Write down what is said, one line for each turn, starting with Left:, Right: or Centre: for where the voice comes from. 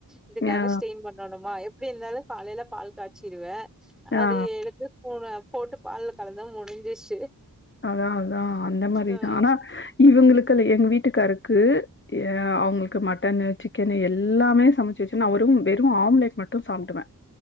Centre: இதுக்காக
Left: ஆ
Centre: ஸ்டெயின் பண்ணணுமா எப்டி இருந்தாலு காலைல பால் காய்ச்சிருவே அத
Left: ஆ
Centre: எடுத்து கூட போட்டு பால்ல கலந்தா முடிஞ்சிச்சு
Left: அதா அதா அந்த மாரிதா
Centre: அ.
Left: ஆனா இவுங்களுக்குல்ல எங்க வீட்டுக்காருக்கு ஏ அவுங்களுக்கு மட்டனு சிக்கனு எல்லாமே சமைச்சு வச்சு நா ஒரும் வெறு ஆம்லேட் மட்டு சாப்டுவே